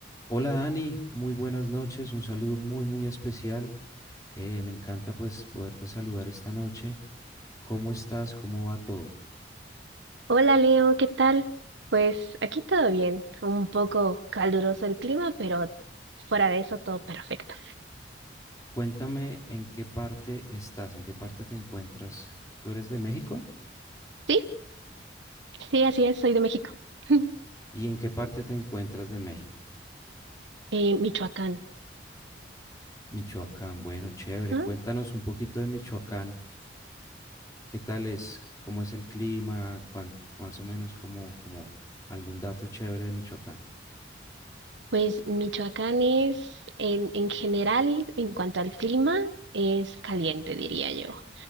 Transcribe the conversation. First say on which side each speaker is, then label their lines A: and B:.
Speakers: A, on the left (about 20°); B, on the right (about 80°).
A: Hola Dani, muy buenas noches, un saludo muy muy especial. Eh, me encanta pues poderte saludar esta noche. ¿Cómo estás? ¿Cómo va todo?
B: Hola Leo, ¿qué tal? Pues aquí todo bien, un poco caluroso el clima, pero fuera de eso todo perfecto.
A: Cuéntame en qué parte estás, en qué parte te encuentras. ¿Tú eres de México?
B: Sí, sí, así es, soy de México. <laughs>
A: ¿Y en qué parte te encuentras de México?
B: Eh, Michoacán,
A: Michoacán, bueno, chévere.
B: ¿no?
A: Cuéntanos un poquito de Michoacán. ¿Qué tal es? ¿Cómo es el clima? ¿Cuán- más o menos como, como algún dato chévere de Michoacán.
B: Pues Michoacán es, en, en general, en cuanto al clima, es caliente, diría yo.